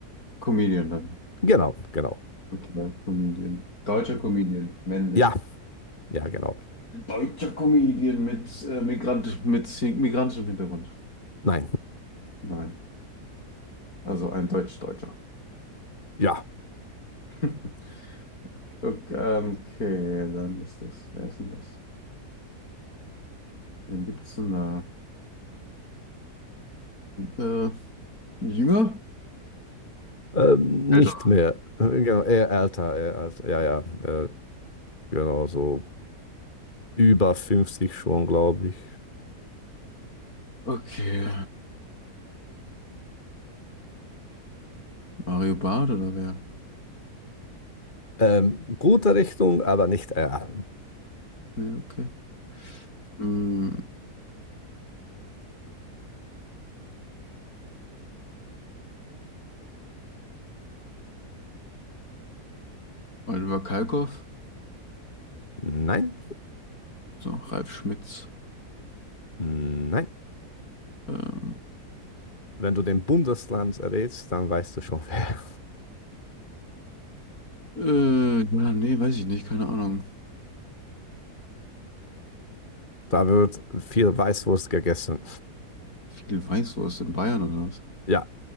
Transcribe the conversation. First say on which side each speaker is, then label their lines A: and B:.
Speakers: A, on the left (about 65°); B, on the left (about 30°).
A: Comedian dann.
B: Genau, genau.
A: Okay, Comedian. Deutscher Comedian, männlich.
B: Ja, ja, genau.
A: Deutscher Comedian mit, äh, Migrant, mit migrantischem Hintergrund.
B: Nein,
A: Nein, also ein Deutsch-Deutscher.
B: ja.
A: <laughs> Okay, ähm, okay, dann ist das, wer ist denn das? Wen gibt's denn da? Äh, jünger?
B: Ähm,
A: Älter.
B: nicht mehr. Äh, Genau, eher älter, eher älter. Ja, ja, äh, genau, so über 50 schon, glaube ich.
A: Okay, Mario Barth oder wer?
B: Ähm, gute Richtung, aber nicht eher.
A: Ja, okay. Hm, Oliver Kalkoff?
B: Nein,
A: So, Ralf Schmitz.
B: nein.
A: Ähm,
B: Wenn du den Bundesland errätst, dann weißt du schon, <laughs> wer.
A: äh, ja, nee, weiß ich nicht, keine Ahnung.
B: Da wird viel Weißwurst gegessen.
A: Viel Weißwurst in Bayern oder was?
B: Ja,